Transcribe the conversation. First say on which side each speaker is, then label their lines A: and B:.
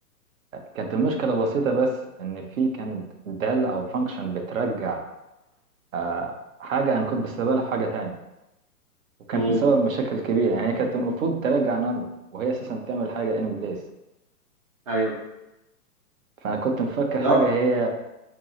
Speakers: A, on the right; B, on the right.
A: كانت المشكله بسيطه بس ان في كانت دال او فانكشن بترجع آه حاجه انا كنت بستقبلها في حاجه تانية وكانت
B: مم.
A: مسبب مشاكل كبيره يعني هي كانت المفروض ترجع نل وهي اساسا بتعمل حاجه ان بليس
B: ايوه
A: فانا كنت مفكر حاجه
B: لا
A: هي